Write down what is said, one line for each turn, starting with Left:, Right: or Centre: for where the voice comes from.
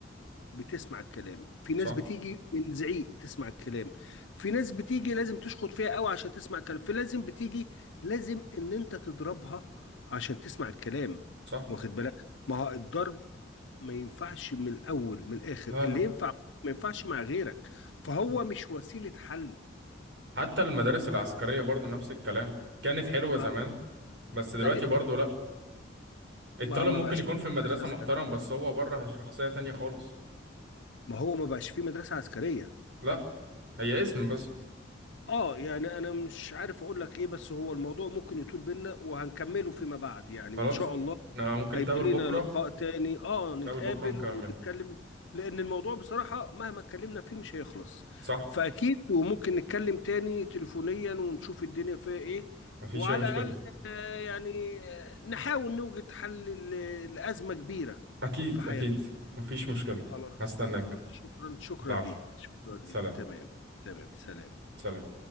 Left: بتسمع الكلام في ناس
Right: صح
Left: بتيجي من زعيق بتسمع الكلام في ناس بتيجي لازم تشخط فيها قوي عشان تسمع الكلام في لازم بتيجي لازم ان انت تضربها عشان تسمع الكلام
Right: صح
Left: واخد بالك ما هو الضرب ما ينفعش من الاول من الاخر
Right: لا
Left: اللي
Right: لا
Left: ينفع ما ينفعش مع غيرك فهو
Right: صح.
Left: مش وسيلة حل
Right: حتى المدارس العسكرية برضو نفس الكلام كانت حلوة
Left: ما
Right: زمان بس
Left: ده
Right: دلوقتي برضو لا الطالب
Left: ما ما
Right: ممكن
Left: بقاش
Right: يكون
Left: في
Right: في المدرسة
Left: مدرسة عسكرية
Right: محترم بس هو بره شخصية تانية خالص
Left: ما هو ما بقاش في مدرسة عسكرية
Right: لا هي اسم بس
Left: اه يعني انا مش عارف اقول لك ايه بس هو الموضوع ممكن يطول بينا وهنكمله فيما بعد يعني
Right: خلاص
Left: ان شاء الله
Right: احنا ممكن
Left: هيبقى
Right: نتقابل
Left: لينا
Right: بكرة
Left: لقاء تاني اه
Right: نتقابل
Left: نتقابل
Right: بكرة ونكمل
Left: ونتكلم لان الموضوع بصراحة مهما اتكلمنا فيه مش هيخلص
Right: صح
Left: فاكيد وممكن نتكلم تاني تليفونيا ونشوف الدنيا فيها ايه
Right: مفيش
Left: وعلى
Right: أي مشكلة
Left: الاقل آه يعني آه، نحاول نوجد حل ل- لأزمة كبيرة
Right: أكيد
Left: في حياتنا
Right: أكيد مفيش مشكلة
Left: خلاص
Right: هستناك
Left: خلاص شكرا شكرا
Right: ضعف
Left: ليك شكرا ليك
Right: سلام
Left: تمام تمام سلام
Right: سلام